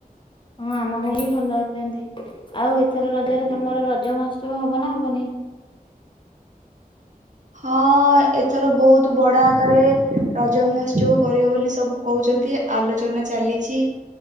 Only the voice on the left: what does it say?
ହଁ ଆମ ଘରେ ବି ଭଲ ଅଛନ୍ତି। ଆଉ ଏଥର ରଜରେ ତମର ରଜ ମହୋତ୍ସବ ହବ ନା ହବନି?